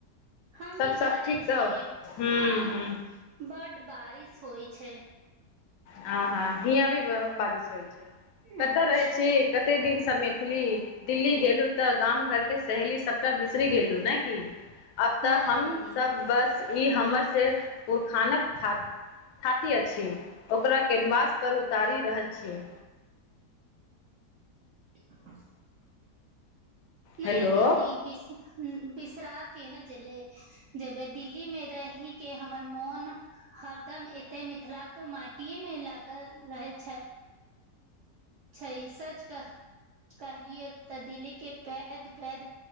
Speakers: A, on the right; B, on the left.
A: हम
B: सब
A: भी
B: सब
A: घरे
B: ठीक
A: छीयै
B: तऽ हूँ
A: हँ
B: हूँ
A: बड बारिश होइ छै।
B: ह - ह हियाँ भी बारिश होइ छै, कत
A: अच्छा
B: रहै छी कते दिनसँ मैथिली। दिल्ली गेलहु तऽ गाम घरके सहेली सभटा बिसरी गेलहु ने की अब तऽ
A: नहि
B: हमसब
A: दीदी
B: बस ई हमर से पुरखानक हा। हाती अछि ओकरा कैनवास पर उतारी रहल छीयै।
A: <unintelligible> नै
B: हेलो
A: दीदी बिस बिसरा केना चले जेबै, दिल्ली मे रहि के हमर मोन हरदम एते मिथिलाक माटिेए मे लागल रहे छै। छै। सच कहलियए तऽ दिल्ली के पैद पैद